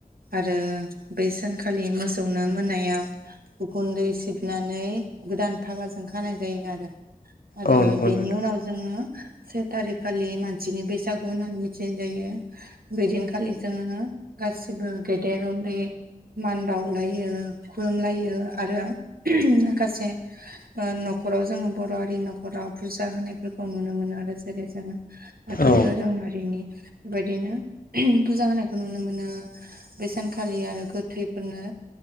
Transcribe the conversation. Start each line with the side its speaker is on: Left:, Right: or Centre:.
Right: आरो बै सानखालि मोसौनो मोनायाव गखुन्दै सिबनानै गोदान फागाजों खानाय जायो आरो आरो
Left: औ नंगौ
Right: बेनि
Left: नोंथां
Right: उनाव जोंङो से थारिखखालि मानसिनि बैसागु होननानै मिथिनाय जायो। बेदिनखालि जोंङो गासिबो गेदेर उन्दै मान बावलायो खुलुमलायो आरो माखासे न'खराव जोंङो बर' हारिनि न'खराव फुजा होनायफोरखौ नुनो मोनो आरो जेरै जोंङो बाथौ
Left: औ
Right: धोरोमारिनि बेबायदिनो फुजा होनायखौ नुनो मोनो बे सानखालि आरो गोथैफोरनो